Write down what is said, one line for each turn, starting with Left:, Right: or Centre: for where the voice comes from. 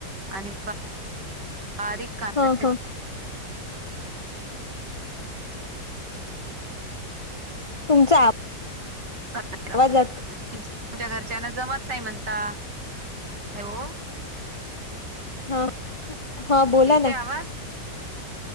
Right: आणि बारीक कदा
Left: हा हा तुमचा
Right: का
Left: आवाज अट
Right: तुमच्या घरच्यांना जमत नाही म्हणता हो
Left: हा हा बोला
Right: येते
Left: ना
Right: आवाज